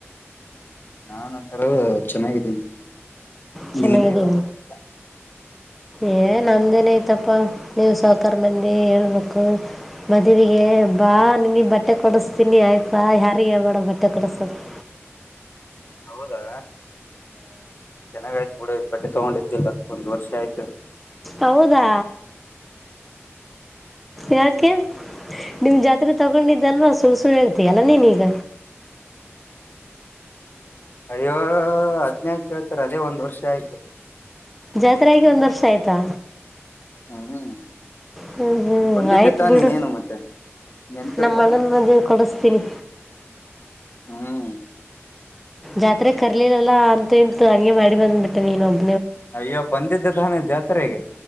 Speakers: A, on the left; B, in the centre.
A: ನಾನ ಒಂತರ ಚೆನ್ನಾಗಿದ್ದೀನಿ
B: ಚನ್ನಗಿದೀಯ
A: ನಿಮ್ದೇ ಹೇಳ್ಬೇಕಲ್ಲ
B: ಏ ನಮ್ ದೆನ್ ಐತಪ್ಪ ನೀವು ಸಾಹುಕಾರ್ ಮಂದಿ ಹೇಳ್ಬೇಕು ಮದುವಿಗೆ ಬಾ ನಿನಗೆ ಬಟ್ಟೆ ಕೊಡಿಸ್ತೀನಿ ಆಯ್ತಾ ಯಾರಿಗ್ ಹೇಳ್ಬೇಡ ಬಟ್ಟೆ ಕೊಡಸತ್ <inaudible>
A: ಹೌದಾ ಚೆನ್ನಾಗಾಯ್ತು ಬುಡು ಬಟ್ಟೆ ತಗೊಂಡಿದ್ದಿಲ್ಲ ಒಂದ್ ವರ್ಷ ಆಯ್ತು
B: ಹೌದಾ ಯಾಕೆ ನಿಮ್ ಜಾತ್ರೆ ತಗೊಂಡಿದ್ ಸಲ್ವಾ ಸುಳ್ ಸುಳ್ ಹೇಳ್ತಿಯಲ್ಲ ನೀನ್ ಇಗ
A: ಅಯ್ಯೋ ಹದ್ನಯಕ ಕೇಳ್ತಾರೆ ಅದೇ ಒಂದ್ ವರ್ಷ ಆಯ್ತು
B: ಜಾತ್ರೆಆಗಿ ಒಂದ್ ವರ್ಷ ಆಯ್ತಾ
A: ಹ್ಮ್
B: ಹ್ಮ್ ಹ್ಮ್
A: ಬಂದಿದ್ದೆ
B: ಆಯ್ತು
A: ತಾನೆ
B: ಬಿಡು
A: ನೀನು ಮತ್ತೆೆ ನೆನ್ಪಿಲ್ವಾ
B: ನಮ್ಮ ಅಣ್ಣನ ಮದ್ವೆ ಕೊಡಿಸ್ತೀನಿ
A: ಹ್ಮ್
B: ಜಾತ್ರೆ ಕರ್ಲಿಲ್ಲಲ್ಲ ಅಂತ ಎಂತು ಹಂಗೆ ಮಾಡಿ ಬಂದ್ಬಿಟ್ಟೆ ನೀನೋಬ್
A: ಅಯ್ಯ ಬಂದಿದ್ದೆ ತಾನೇ ಜಾತ್ರೆಗೆ